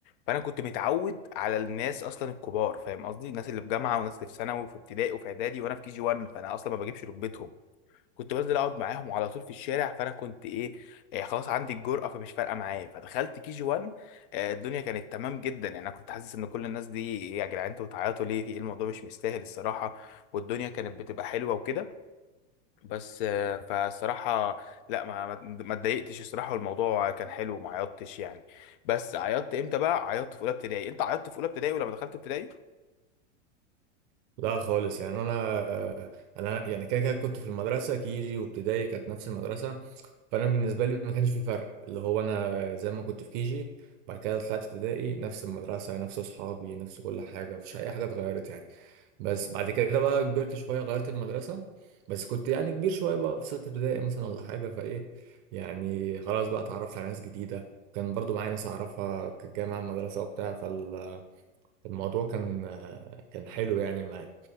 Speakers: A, on the left; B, on the right.
A: فانا كنت متعود على الناس اصلا الكبار فاهم قصدي الناس اللي في جامعه والناس اللي في ثانوي وفي ابتدائي وفي اعدادي وانا في كيجي 1 فانا اصلا ما بجيبش ركبتهم كنت بنزل اقعد معاهم على طول في الشارع فانا كنت ايه آه خلاص عندي الجرأة فمش فارقة معايا فدخلت كي جي 1 آه الدنيا كانت تمام جدا يعني انا كنت حاسس ان كل الناس دي إيه يا جدعان انتوا بتعيطوا ليه في ايه الموضوع مش مستاهل الصراحة والدنيا كانت بتبقى حلوة وكده بس آه فالصراحة لا ما ما ما اتضايقتش الصراحة والموضوع كان حلو وما عيطتش يعني بس عيطت امتى بقى عيطت في اولى ابتدائي انت عيطت في اولى ابتدائي ولما دخلت ابتدائي
B: لا خالص يعني انا انا يعني كده كده كنت في المدرسه كيجي وابتدائي كانت نفس المدرسه فانا بالنسبه لي ما كانش في فرق اللي هو انا زي ما كنت في كيجي بعد كده طلعت ابتدائي نفس المدرسه نفس اصحابي نفس كل حاجه مفيش اي حاجه اتغيرت يعني بس بعد كده بقى كبرت شويه غيرت المدرسه بس كنت يعني كبير شويه بقى في سته ابتدائي مثلا ولا حاجه فايه يعني خلاص بقى اتعرفت على ناس جديده كان برضو معايا ناس اعرفها كانت جايه معايا المدرسه وبتاع فالموضوع كان كان حلو يعني معايا